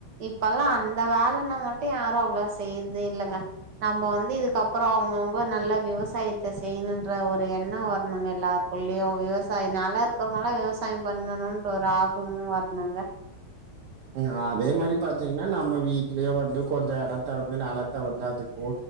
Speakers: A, on the right; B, on the right.
A: இப்பல்லா அந்த வேலனா மட்டு யாரும் அவ்ளோ செய்றதேல்லங்க நம்ப வந்து இதுக்கப்றம் அவங்கவுங்க நல்ல விவசாயத்த செய்ணுன்ற ஒரு என்ன வரணுங்க எல்லாருக்குள்ளியு விவசாயி நல்லா இருக்கவங்ல்லா விவசாய பண்ணணுன்ற ஒரு ஆகுவமு வர்னுங்க
B: ம் அதே மாரி பாத்தீங்னா நம்ம வீட்லியே வந்து கொஞ்ச எடம் த்த வந்து நெலத்த வந்து அதுக் போ